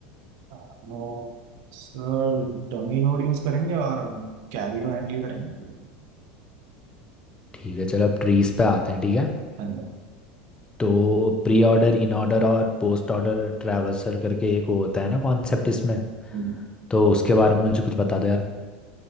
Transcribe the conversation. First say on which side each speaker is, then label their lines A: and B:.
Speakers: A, on the right; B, on the left.
A: हाँ, सर डमी नोड यूज करेंगे और कैरी को हैंडल करेंगे
B: ठीक है चलो अब ट्रीज पे आते हैं ठीक है
A: And-
B: तो प्री ऑर्डर इन ऑर्डर और पोस्ट ऑर्डर ट्रैवर्सल करके एक वो होता है ना कॉन्सेप्ट इसमें
A: and-
B: तो उसके हम्म बारे में मुझे कुछ बता दो यार